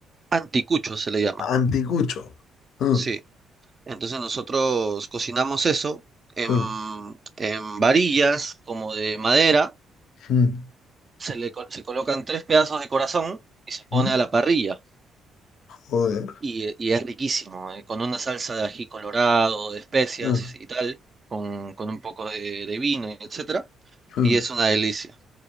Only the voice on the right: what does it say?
Anticuchos se le llama,
sí. Entonces nosotros cocinamos eso en,
en varillas como de madera.
Se le co- se colocan tres pedazos de corazón y se pone
a la parrilla.
Y, y es riquísimo, eh, con una salsa de ají colorado, de especias
y tal, con, con un poco de, de vino, etc.
y es una delicia.